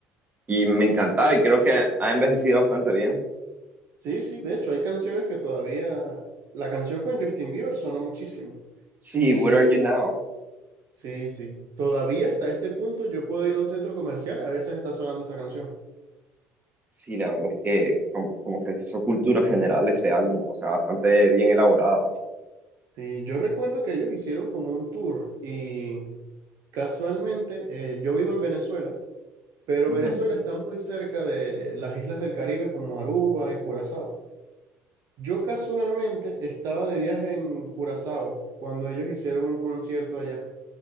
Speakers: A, on the right; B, on the right.
A: Y me encantaba y creo que ha envejecido bastante bien.
B: Sí, sí, de hecho, hay canciones que todavía... La canción con Justin Bieber sonó muchísimo.
A: Sí,
B: Y
A: Where Are You Now?
B: sí, sí, todavía hasta este punto yo puedo ir a un centro comercial y a veces está sonando esa canción.
A: Sí, la verdad es que como, como que hizo cultura general ese álbum, o sea, bastante bien elaborado.
B: Sí, yo recuerdo que ellos hicieron como un tour y casualmente eh, yo vivo en Venezuela, pero
A: Ujú.
B: Venezuela está muy cerca de las islas del Caribe como Aruba y Curazao. Yo casualmente estaba de viaje en Curazao cuando ellos hicieron un concierto allá.